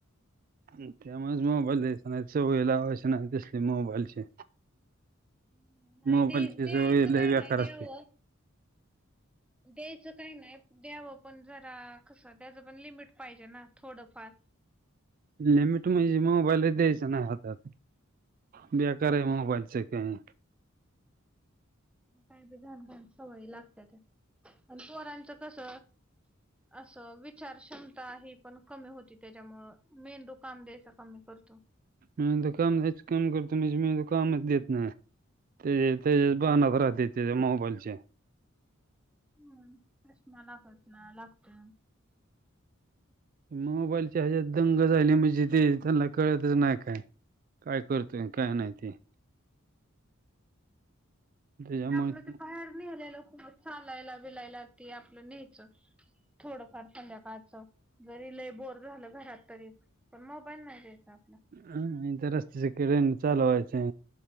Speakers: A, on the right; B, in the centre.
A: हं. त्यामुळंच मोबाईल द्यायच नाय. सवयी लावायच्या नाय तसली मोबाईलची.
B: हं. नाय
A: मोबाईलची
B: ते द्यायचं
A: सवय लय
B: काय नाय
A: बेकार
B: द्यावं
A: असते
B: द्यायचं काय नाय द्यावं. पण जरा कसं त्याचं पण लिमिट पाहिजे ना थोडंफार.
A: लिमिट म्हजी मोबाईलच द्यायच नाय हातात. बेकाराय मोबाईलचं काय.
B: काय बी घाण घाण सवयी लागत्या त्या. आन पोरांचं कस असं विचारक्षमता हे पण कमी होत त्याचमुळं. मेंदू काम द्यायचं कमी करतो.
A: मेंदू काम द्यायचं कमी करतो, म्हणजे मेंदू कामच देत नाय. ते तेच्याच भानात राहत्या मोबाईलच्या.
B: हं. चश्मा लागत ना लागतोय.
A: मोबाईलच्या हेज्यात दंग झाली, म्हजी ते त्यांना कळतच नाय काय. काय करतोय काय नाय ते.
B: त्यापेक्षा
A: त्याच्यामुळे
B: आपलं ते बाहेर नेलेलं बरं. चालायला बिलायला ते आपलं नेयचं. थोडंफार संध्याकाळच. जरी लय बोर झालं घरात तरी. पण मोबाईल नाही द्यायचा आपला.
A: हां. रस्त्याच्या कडेने चालवायचे.